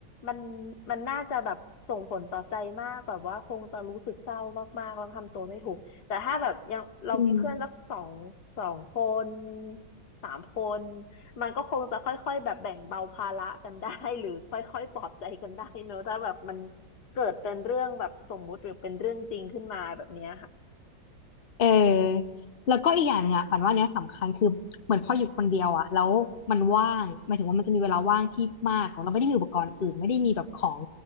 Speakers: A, on the left; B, on the left.
A: มันมันน่าจะแบบส่งผลต่อใจมากแบบว่าคงจะรู้สึกเศร้ามากๆแล้วทำตัวไม่ถูกแต่ถ้าแบบยังเรามีเพื่อนสักสองสองคน
B: อืม
A: สามคนมันก็คงจะค่อยๆแบบแบ่งเบาภาระกันได้ <laughs> หรือค่อยๆปลอบใจกันได้เนอะถ้าแบบมันเกิดเป็นเรื่องแบบสมมุติหรือเป็นเรื่องจริงขึ้นมาแบบเนี้ยค่ะ
B: เออแล้วก็อีกอย่างหนึงอ่ะปันว่าเนี้ยสำคัญคือเหมือนพออยู่คนเดียวอ่ะแล้วมันว่างหมายถึงว่ามันจะมีเวลาว่างที่มากเราไม่ได้มีอุปกรณ์อื่นไม่ได้มีแบบของ